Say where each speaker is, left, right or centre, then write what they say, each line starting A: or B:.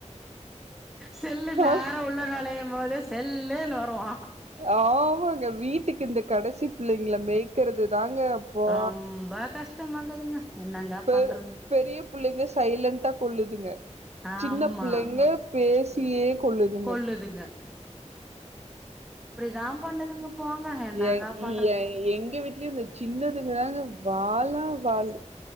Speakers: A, in the centre; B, on the right.
A: செல்லு நேரா
B: ஆ
A: உள்ள நொழையும்போதே செல்லுன் வருவா
B: ஆமாங்க வீட்டுக்கு இந்த கடைசி பிள்ளைங்ள மேய்க்குரது தாங்க அப்பா
A: ரொம்ப கஷ்டமாக்குதுங்க என்னங்க
B: பெ
A: பண்றது
B: பெரிய புள்ளைங்க சைலண்ட்டா கொல்லுதுங்க
A: ஆமா
B: சின்ன புள்ளைங்க பேசியே கொள்ளுதுங்க
A: கொல்லுதுங்க நா பண்ணதுங்க போங்க என்னாங்க
B: ஏ இங்க
A: பண்றது
B: எங்க வீட்லயு இந்த சின்னதுங்காங்க வாலா வாலு